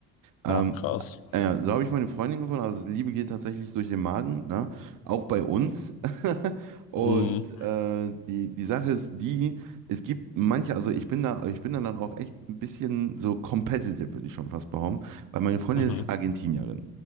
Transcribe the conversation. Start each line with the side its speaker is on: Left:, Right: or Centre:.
Right: Ähm,
Left: Ach, krass.
Right: äh, so habe ich meine Freundin gefunden. Also Liebe geht tatsächlich durch den Magen, ne? Auch bei uns. <laughs> Und
Left: Mhm.
Right: äh, die, die Sache ist die, es gibt manche, also ich bin da, ich bin da dann auch echt ein bisschen so competitive, würde ich schon fast behaupten, weil meine Freundin
Left: Mhm.
Right: ist Argentinierin.